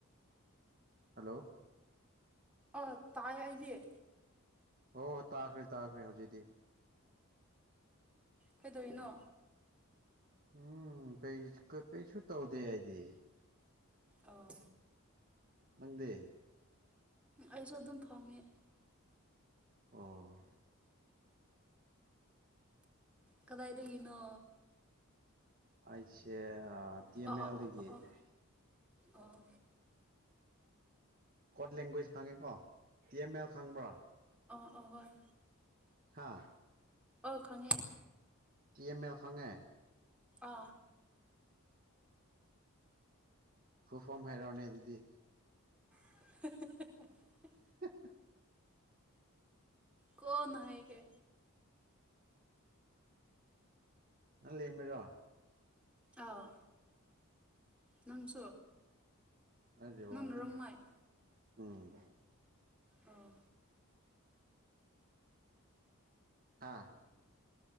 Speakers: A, on the right (about 40°); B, in the centre.
A: ꯍꯜꯂꯣ
B: ꯑ ꯇꯥꯏ ꯍꯥꯏꯗ
A: ꯑꯣ ꯇꯥꯈꯔꯤꯦ ꯇꯥꯈꯔꯤꯦ ꯍꯧꯖꯤꯗꯤ
B: ꯀꯩꯗꯦꯔꯅꯣ
A: ꯎꯝ ꯀꯩ ꯀꯩꯁꯨꯨ ꯇꯧꯗ ꯍꯥꯏꯗꯤ
B: ꯑꯣ
A: ꯅꯪꯗꯤ
B: ꯑꯩꯁꯨ ꯑꯗꯨꯝ ꯐꯝꯃꯤ
A: ꯑꯣ
B: ꯀꯗꯥꯏꯗꯒꯤꯅꯣ
A: ꯑꯁꯦ ꯑ ꯇ
B: ꯑꯣ
A: ꯃꯗꯒꯤꯗꯒꯤ
B: ꯑꯣ ꯑꯣ ꯑꯣ ꯑꯣ ꯑꯣ ꯑꯣ
A: ꯀꯣꯠ ꯂꯦꯡꯒ꯭ꯋꯦꯖ ꯈꯪꯉꯤꯀꯣ ꯇꯤ ꯑꯦꯝ ꯑꯦꯜ ꯈꯪꯕ꯭ꯔꯥ
B: ꯑꯍꯔ
A: ꯍꯥꯥ
B: ꯑ ꯈꯪꯉꯦ
A: ꯇꯤꯑꯦꯝ ꯑꯦꯔ ꯁꯉꯦ
B: ꯑ
A: ꯐꯨ ꯐꯝ ꯍꯥꯏꯩꯔꯥꯎꯅꯦ ꯑꯗꯨꯗꯤ
B: <unintelligible>
A: <unintelligible>
B: ꯀꯣꯅ ꯍꯥꯏꯒꯦ
A: ꯅꯪ ꯂꯩꯡꯃꯤꯔꯣ
B: ꯑꯥꯎ ꯅꯪꯁꯨ
A: ꯑꯩꯗꯤ ꯔꯣꯡꯃꯦ
B: ꯅꯪꯅ ꯔꯣꯡꯃꯥꯏ
A: ꯎꯝ
B: ꯑꯣ
A: ꯍꯥꯥ